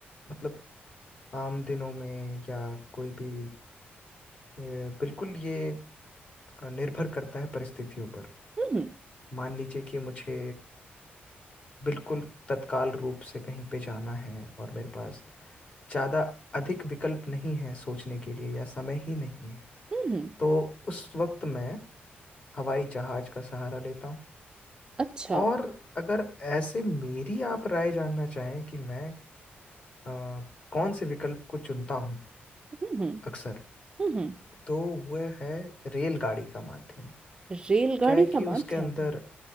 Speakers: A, on the left (about 35°); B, on the right (about 20°).
A: मतलब आम दिनों में या कोई भी अ, बिल्कुल ये अ, निर्भर करता है परिस्थितियों पर
B: हम्म
A: मान लीजिए कि मुझे बिल्कुल तत्काल रूप से कहीं पे जाना है और मेरे पास ज़्यादा अधिक विकल्प नहीं है सोचने के लिए या समय ही नहीं है
B: हम्म
A: तो उस वक्त मैं हवाई जहाज का सहारा लेता हूँ
B: अच्छा
A: और अगर ऐसे मेरी आप राय जानना चाहें कि मैं अ, कौन से विकल्प को चुनता हूँ
B: हम्म हम्म
A: अक्सर
B: हम्म
A: तो वह है रेलगाड़ी का माध्यम
B: रेलगाड़ी
A: क्या है कि
B: का माध्यम
A: उसके अंदर